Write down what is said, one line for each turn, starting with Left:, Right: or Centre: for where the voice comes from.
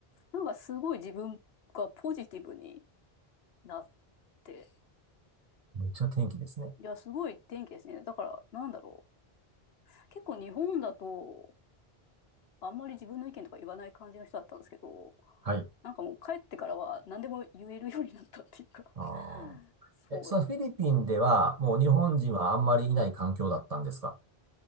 Left: う、なんかすごい自分がポジティブになって、
Right: めっちゃ天気ですね。
Left: いや、すごい天気ですね。だから、なんだろう、結構日本だと、あんまり自分の意見とか言わない感じの人だったんですけど、
Right: はい。
Left: なんかもう帰ってからは何でも言えるようになったっていうか
Right: ああ。
Left: そう。
Right: え、そのフィリピンでは、
Left: いうん。
Right: もう日本人はあんまりいない環境だったんですか